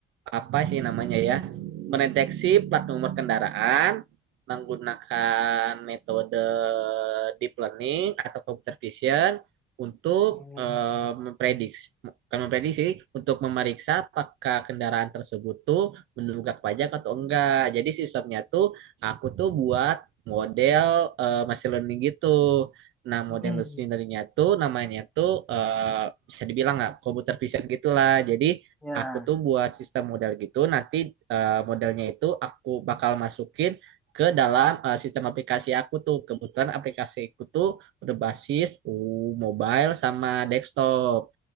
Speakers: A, on the right; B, in the centre.
A: apa sih namanya ya mendeteksi plat nomor kendaraan menggunakan metode deep learning atau computer vision untuk
B: Hmm.
A: eh, memprediksi bukan memprediksi untuk memeriksa apakah kendaraan tersebut tuh menunggak pajak atau enggak. Jadi sistemnya tuh aku tuh buat model eh, machine learning gitu. Nah, model
B: Mm-mm.
A: machine learningnya tuh namanya tuh eh, bisa dibilang nggak computer vision gitulah. Jadi
B: ya
A: aku tuh buat sistem modal gitu nanti eh, modelnya itu aku bakal masukin ke dalam eh, sistem aplikasi aku tuh kebetulan aplikasi aku tuh udah basis uh, mobile sama desktop